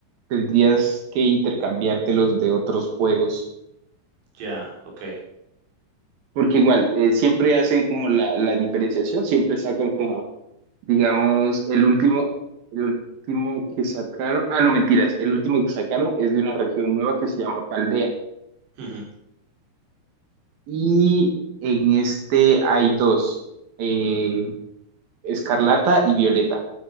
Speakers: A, on the right; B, on the right.
A: tendrías que intercambiártelos de otros juegos.
B: ya, ok.
A: Porque igual, eh, siempre hacen como la, la diferenciación, siempre sacan como Digamos, el último, el último que sacaron, ah, no, mentiras, el último que sacaron es de una región nueva que se llama Paldea.
B: Ujú,
A: Y en este hay dos, eh, Escarlata y Violeta.